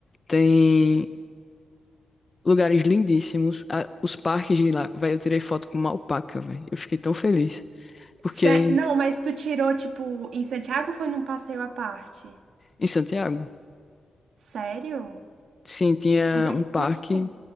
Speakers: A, on the left; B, on the right.
A: tem lugares lindíssimos. a- os parques de lá, velho, eu tirei foto com uma alpaca, velho. Eu fiquei tão feliz. Porque
B: Sé- Não, mas tu tirou, tipo, em Santiago ou foi num passeio à parte?
A: em Santiago,
B: Sério?
A: sim, tinha
B: Onde
A: um
B: é que
A: parque
B: tu achou?